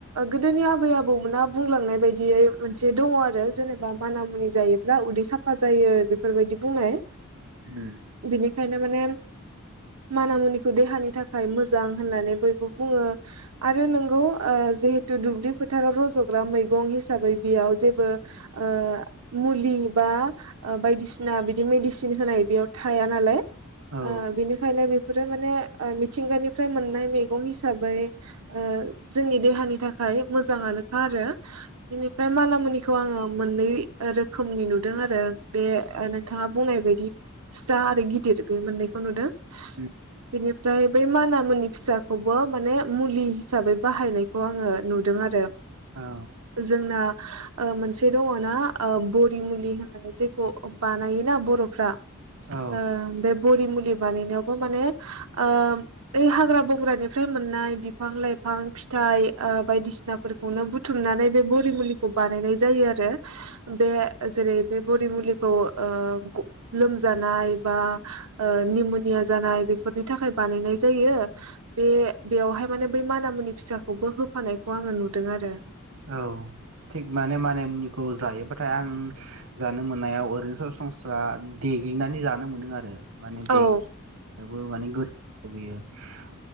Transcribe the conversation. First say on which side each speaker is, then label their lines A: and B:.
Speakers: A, on the right; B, on the right.
A: गोदोनि आबै आबौमोना बुंलांनाय बायदियै मोनसे दङ आरो जेनेबा मानामुनि जायोब्ला उदै साब फा जायो बेफोरबायदि बुंनाय
B: उम
A: बिनिखायनो माने मानामुनिखौ देहानि थाखाय मोजां होननानै बयबो बुङो आरो नोंगौ ओ जिहेथु दुब्लि फोथाराव रज'ग्रा मैगं हिसाबै बेयाव जेबो ओ मुलि बा ओ बायदिसिना बिदि मेडिसिन होनाय बेयाव थाया नालाय
B: औ
A: ओ बिनिखायनो बेफोरो माने मिथिंगानिफ्राय मोननाय मैगं हिसाबै ओ जोंनि देहानि थाखाय मोजाङानोखा आरो बेनिफ्राय मानामुनिखौ आङो मोननै रोखोमनि नुदों आरो बे ओ नो थाङा बुंनाय बायदि फिसा आरो गिदिर बे मोनैखौ नुदो
B: <unintelligible>
A: बेनिफ्राय बे माना मुनि फिसाखौबो माने मुलि हिसाबै बाहायनायखौ आङो नुदों आरो
B: औ
A: जोंना ओ मोनसे दङ ना ओ बरि मुलि होननानै जेखौ बानायोना बर'फ्रा
B: औ
A: ओ बे बरि मुलि बानायनायावबो माने ओ बै हाग्रा बंग्रानिफ्राय मोननाय बिफां लाइफां फिथाइ ओ बायदिसिना फोरखौनो बुथुमनानै बे बरि मुलिखौ बानायनाय जायो आरो बे जेरै बे बरि मुलिखौ ओ ग लोमजानाय बा ओ निम'निया जानाय बेफोरनि थाखाय बानायनाय जायो बे बेवहाय माने बे मानामुनि फिसाखौबो होफानायखौ आङो नुदों आरो।
B: औ थिग माने माने मुनिखौ जायोबाथाय आं जानो मोननायाव ओरैनोथ संस्रा देग्लिनानै जानो मोनदों आरो। माने देगबो
A: औ
B: माने गोयो <unintelligible>